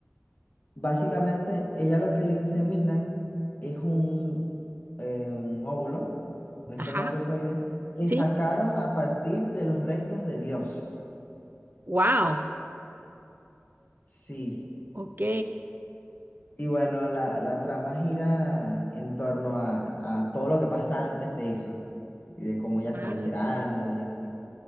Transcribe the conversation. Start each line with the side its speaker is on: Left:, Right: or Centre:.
Left: Básicamente, ella lo que le inseminan es un, eh, un óvulo, un espermatozoide,
Right: Ajá,
Left: que
Right: sí,
Left: sacaron a partir de los restos de Dios.
Right: wow,
Left: Sí.
Right: ok.
Left: Y bueno, la, la trama gira en torno a, a todo lo que pasa antes de eso, y de cómo ella
Right: Ah,
Left: se va enterando y así.